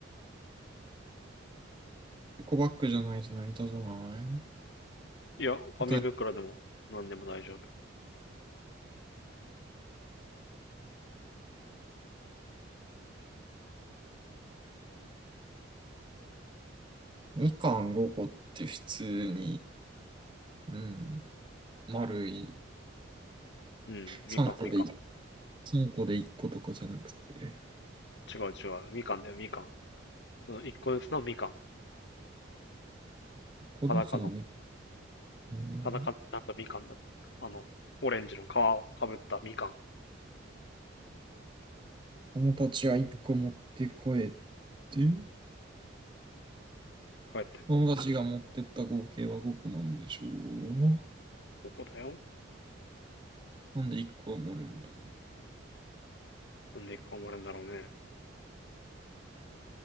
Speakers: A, on the right (about 25°); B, on the left (about 60°).
A: エコバッグじゃないと成り立たない
B: いや、紙袋でも何でも大丈夫。
A: だみかん5個って普通に、うん、丸い
B: うん。みかん、
A: 3個で1
B: みかん。
A: 3個で1個とかじゃなくて、
B: 違う違う。みかんだよ、みかん。その1個ずつのみかん。
A: 1個ずつのみ、
B: 裸の
A: うん、
B: 裸になったみかんだって。あの、オレンジの皮をかぶったみかん。
A: 友達は1個持って帰って、
B: 帰って、
A: 友達が持ってった合計は5個なんでしょう。
B: ここだよ。
A: なんで1個は盛るんだ。
B: なんで一個埋まるんだろうね。